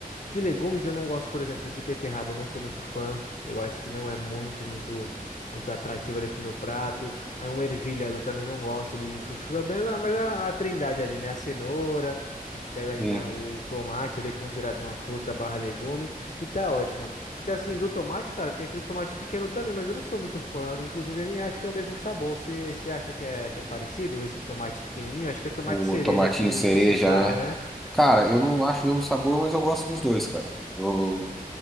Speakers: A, on the left; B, in the centre.
A: De legumes eu não gosto, por exemplo, de beterraba, eu não sou muito fã. Eu acho que não é muito, muito, muito atrativo ali pro meu prato. Aí um ervilha eu também não gosto ali um chuchu. É bem, mas a, a trindade ali, né? A cenoura, a gente pega ali,
B: Sim,
A: né, o tomate, ele é considerado uma fruta barra legume e tá ótimo. Porque assim, do tomate, cara, tem aqueles tomates pequenos também, mas eu não sou muito fã. Inclusive, eu nem acho que é o mesmo sabor. Você, você acha que é, que é parecido esses tomates pequenininhos? Acho que é tomate
B: o
A: cereja
B: tomatinho
A: que,
B: cereja,
A: que se fala,
B: né?
A: né?
B: Cara, eu não acho o mesmo sabor, mas eu gosto dos dois, cara. Eu-